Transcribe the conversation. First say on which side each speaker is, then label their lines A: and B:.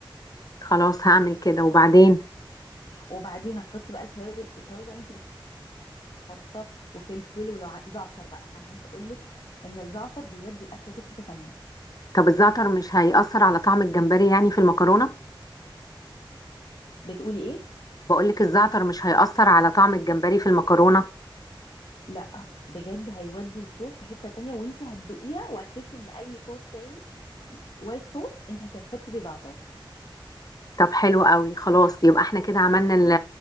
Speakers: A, on the left; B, on the left.
A: خلاص هعمل كده وبعدين
B: وبعدين هتحطي بقى التوابل التوابل بقى انت بتحطها وفلفل ولو ع- زعتر بقى انا عايزه اقول لك ان الزعتر بيودي الاكله دي في حته تانية
A: طب الزعتر مش هيأثر على طعم الجمبري يعني في المكرونه
B: بتقولي ايه
A: بقولك الزعتر مش هيأثر على طعم الجمبري في المكرونه
B: لا بجد هيودي الصوص في حته تانية وانت هتدوقيها وهتحسي ان اي صوص تاني وايت صوص انت هتحطي فيه زعتر
A: طب حلو قوي خلاص يبقى احنا كده عملنا ال